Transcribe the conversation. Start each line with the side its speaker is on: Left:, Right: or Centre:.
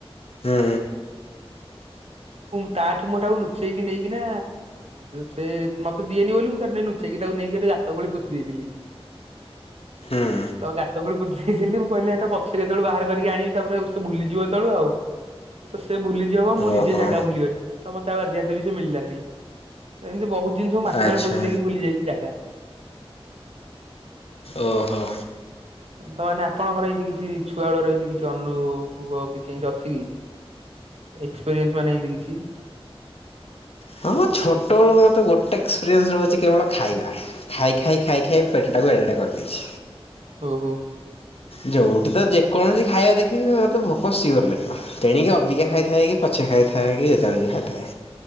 Left: ହୁଁ
Right: ତାଠୁ ମୁଁ ଟାକୁ ନୁଚେଇକି ନେଇକିନା ସେ ମତେ ଦିଏନି ବୋଲି ମୁଁ ତାଠୁ ନେଇ ନୁଚେ ନେକି ତାକୁ ନେଇକି ଗାତ ଖୋଳି ପୋତି ଦେଇଥିଲି।
Left: ହୁଁ
Right: ତ ଗାତ ଖୋଳି ପୋତିଦେଇଥିଲି ମୁଁ କହିଲି ଏଇଟା ପଛରେ କେତେବେଳୁ ବାହାର କରିକି ଆଣି ତାପରେ ସେ ଭୁଲିଯିବ ଆଉ। ତ ସେ ବୁଲିଯିବ କଅଁ ମୁଁ ନି
Left: ଓହୋ
Right: ଯେ ଜାଗା ଭୁଲିଗଲି ତ ମତେ ଆଉ ଆଜି ଜାଗା ବି ସେ ମିଳିଲାନି ଏମିତି ବହୁତ ଜିନିଷକୁ ମାଟି
Left: ଆଚ୍ଛା
Right: ତଳେ ପୋତି ଦେଇକି ଭୁଲି ଯାଇଛି ଜାଗା।
Left: ଓହୋ।
Right: ତ ମାନେ ଆପଣଙ୍କର ଏମତି କିଛି ଛୁଆ ବେଳର ଏମିତି କିଛି ଅନୁଭୋଗ କିଛି ଏମତି ଅଛି କି? ଏକ୍ସପିରିଏନ୍ସ ଏମତି କିଛି
Left: ହଁ ହଁ ଛୋଟବେଳୁ ମୋତେ ଗୋଟେ ଏକ୍ସପିରିଏନ୍ସ ରହୁଛି କେବଳ ଖାଇବା ଖାଇ ଖାଇ ଖାଇ ଖାଇ ପେଟଟାକୁ ଏଡ଼ଟା କରିଦେଇଛି।
Right: ଓ ହୋ।
Left: ଯୋଉଠି ତ ଯେକୌଣସି ଖାଇବା ଦେଖିବି ମୋତେ ଭୋକ ସିଅର ଲାଗିବ। ତେଣିକି ଅବିକା ଖାଇଥାଏ କି ପଛେ ଖାଇଥାଏ କି ଯେତେବେଳେ ବି ଖାଇଥାଏ।